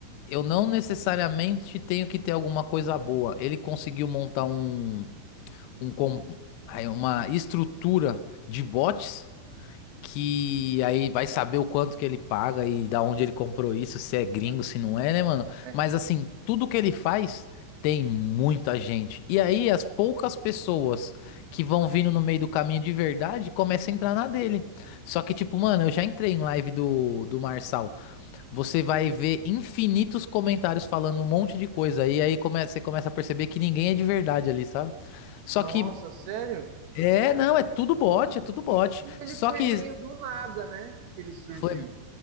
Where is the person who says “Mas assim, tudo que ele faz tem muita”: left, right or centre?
Left